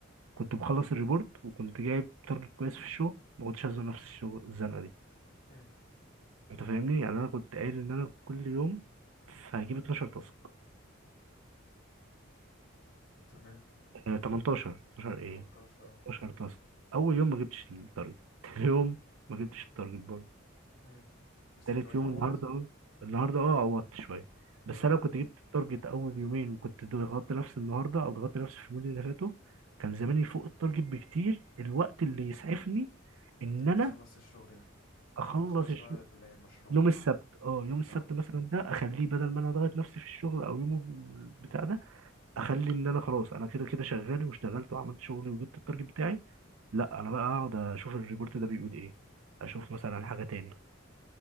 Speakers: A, on the right; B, on the left.
A: كنت مخلص الريبورت وكنت جايب تارجت كويس في الشغل ما كنتش هزنق نفس الشغل الزنقه دي
B: امم
A: انت فاهمني يعني انا كنت قايل ان انا كل يوم هجيب 12 تاسك
B: تمام
A: آه، 18 12 ايه
B: 18 اه
A: 12 تاسك اول يوم ما جبتش التارجت تاني يوم ما جبتش التارجت برضه
B: امم بس
A: تالت
B: دلوقتي
A: يوم
B: عوضت
A: النهارده اه النهارده اه عوضت شويه بس
B: اه
A: انا لو كنت جبت التارجت اول يومين وكنت ضغطت نفسي النهارده او ضغطت نفسي في اليومين اللي فاتوا كان زماني فوق التارجت بكتير الوقت اللي يسعفني ان
B: انك
A: انا
B: تخلص الشغل
A: اخلص
B: ده تخلص
A: الشغل
B: بقى المشروع
A: يوم السبت اه يوم السبت
B: اه
A: مثلا ده اخليه بدل ما انا ضغط نفسي في الشغل او يوم بتاع ده اخلي ان انا خلاص انا كده كده شغال واشتغلت وعملت شغلي وجبت التارجت بتاعي لا انا بقى اقعد اشوف الريبورت ده بيقول ايه اشوف مثلا حاجه تاني